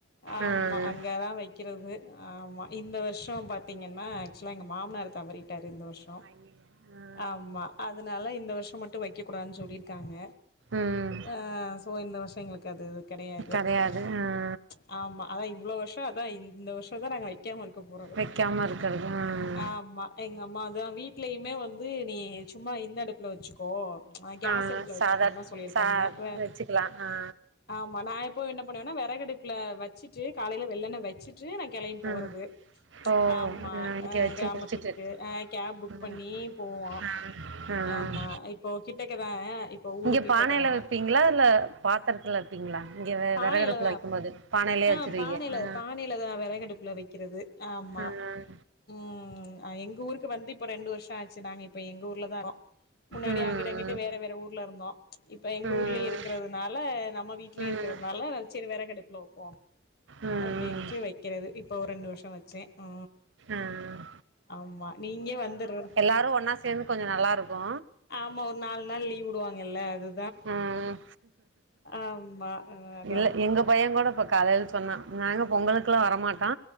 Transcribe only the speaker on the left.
ஆமா
அங்கே
தா வைக் வைக்கிறது ஆமா இந்த வருஷம் பாத்திங்கன்னா ஆக்சுவலா எங்க மாமனார் தவறிட்டார் இந்த வருஷ
ஆமா அதனால இந்த வருஷம் மட்டு வைக்க கூடாதுனு சொல்லிருக்காங்க
ஆ சோ இந்த வருஷ எங்களுக்கு அது கிடையாது
ச் ஆமா அத இவ்ளோ வருஷ அத இந்த வருஷ தா நாங்க வைக்கமா இருக்கபோறது
ஆமா எங்க அம்மா அதா வீட்லயுமே வந்து நீ சும்மா இந்த அடுப்புல வச்சுக்கோ கேஸ்
அடுப்புல வச்சுக்கோனு
சொல்லியிருக்காங்க
வ
ஆமா நா இப்போ என்ன பண்ணுவேன்னா விறகடுப்புல வச்சுட்டு காலையில வெள்ளண்ண வச்சுட் டு நா கெளம்பி போறது
ஆமா
அ
கிராமத்துக்கு
அ கேப் புக்
பண்ணி போவோ
ஆமா இப்போ கிட்டக்கதா இப்போ ஊரு
கிட்டக்கதா
பானையில
தா
ஆ
பானையில
பானையிலதா விறகடுப்புல வைக்கிறது ஆமா
ம் எங்க ஊருக்கு வந்து இப்ப ரெண்டு வருஷ ஆச்சு நாங்க இப்ப எங்க ஊர்லதாறோ முன்னாடி
அங்கிட்டு அங்கிட்டு வேற வேற ஊர்ல இருந்தோ இப்ப எங்க
ஊர்லயே இருக்கிறதுனால நம்ம வீட்லயே
இருக்கறதுனால செரி வெறகு அடுப்புல வைப்போ
அப்டின்ட்டு வைக்கிறது இப்போ ரெண்டு வருஷ வச்சே ஆ
ஆமா நீங்க வந்துறத்
ஆமா ஒரு நாலு நாள் லீவ் உடுவாங்கல்ல அது
ஆமா அதா